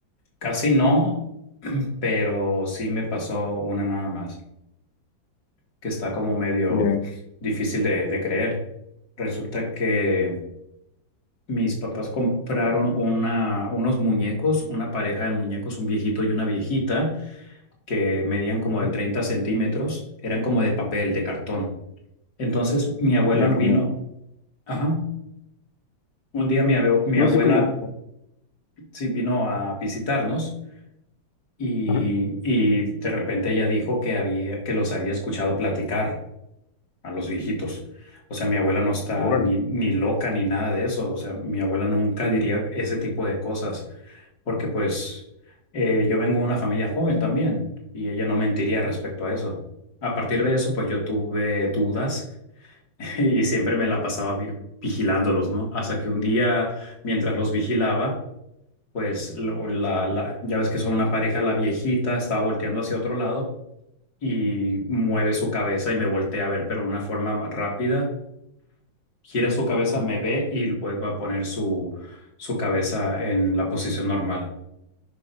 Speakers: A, on the left (about 50°); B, on the left (about 85°).
A: casi no, <clears throat> pero sí me pasó una nada más, que está como medio
B: Ya,
A: difícil de, de creer. Resulta que mis papás compraron una, unos muñecos, una pareja de muñecos, un viejito y una viejita que medían como
B: ajá,
A: de 30 centímetros, eran como de papel, de cartón. Entonces mi abuela
B: ya
A: no
B: como,
A: vino, ajá, un día mi, abue- mi
B: no,
A: abuela
B: sí como,
A: sí vino a visitarnos y,
B: ajá,
A: y de repente ella dijo que había, que los había escuchado platicar a los viejitos. O sea, mi abuela no está
B: órale,
A: ni, ni loca ni nada de eso. O sea, mi abuela nunca diría ese tipo de cosas porque pues eh, yo vengo de una familia joven también y ella no mentiría respecto a eso. A partir de eso, pues yo tuve dudas <laughs> y siempre me la pasaba vi- vigilándolos, ¿no? Hasta que un día, mientras los vigilaba, pues lo- la, la, ya ves que son una pareja, la viejita estaba volteando hacia otro lado y mueve su cabeza y me voltea a ver, pero de una forma ma- rápida gira su cabeza,
B: ujú,
A: me ve y vuelve a poner su, su cabeza en la posición normal.